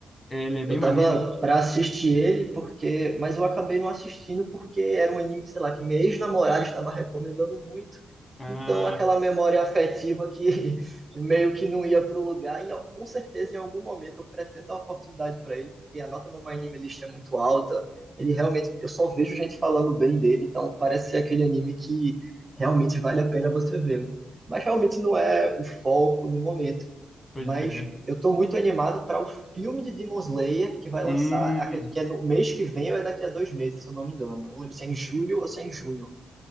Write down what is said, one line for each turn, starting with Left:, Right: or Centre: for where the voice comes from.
Left: é, Ele é bem
Right: Eu
Left: maneiro.
Right: tava pra assistir ele porque, mas eu acabei não assistindo porque era um anime, sei lá, que minha ex-namorada estava recomendando muito.
Left: Ah,
Right: Então aquela memória afetiva que <laughs> meio que não ia pro lugar e ó, com certeza em algum momento eu pretendo dar uma oportunidade para ele porque a nota no My Anime List é muito alta. Ele realmente, eu só vejo gente falando bem dele, então parece ser aquele anime que realmente vale a pena você ver. Mas realmente não é o foco no momento.
Left: pode
Right: Mas
Left: crer.
Right: eu tô muito animado para o filme de Demon Slayer que vai
Left: Hum,
Right: lançar, acredito que é no mês que vem ou é daqui a dois meses, se eu não me engano. Eu não lembro se é em julho ou se é em junho.